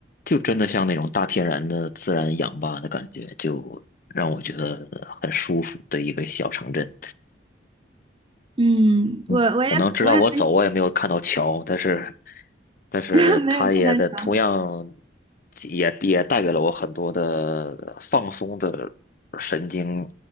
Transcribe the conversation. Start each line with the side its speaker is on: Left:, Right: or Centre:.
Left: 就真的像那种大天然的自然氧吧的感觉，就让我觉得很舒服的一个小城镇。
Right: 嗯，
Left: 嗯可能直到我走，
Right: 我我也我也分
Left: 我也没有看到桥，但是，但是它也在同样
Right: 享 <laughs> 没有看到墙，
Left: 也也带给了我很多的放松的神经，